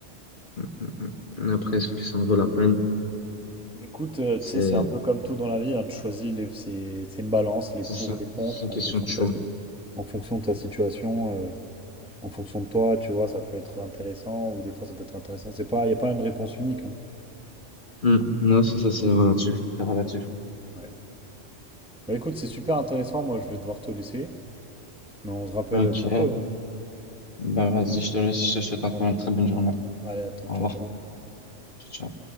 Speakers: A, on the left; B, in the centre.
A: Mm, mm. mm. Mais Après, est-ce que ça en vaut la peine?
B: Écoute, euh, tu
A: C'est
B: sais, c'est un peu comme tout dans la vie, hein, tu choisis, les- c'est c'est une balance, les
A: c'est
B: pour,
A: ça.
B: les contre,
A: C'est une
B: en
A: question
B: fonction
A: de choix.
B: de ta, si- en fonction de ta situation, euh, en fonction de toi, tu vois, ça peut être intéressant, ou des fois ça peut être intéressant, c'est pas, il n'y a pas une réponse unique. hein.
A: Mm. Non, c'est ça, c'est relatif. C'est relatif.
B: Ouais. Bah, écoute, c'est super intéressant, moi je vais devoir te laisser, mais on se rappelle
A: Ok.
B: bientôt, là.
A: Ben vas-y, je te laisse, je te souhaite
B: Allez,
A: encore une très bonne journée.
B: allez, à tout,
A: Au
B: ciao,
A: revoir.
B: ciao.
A: Ciao, ciao.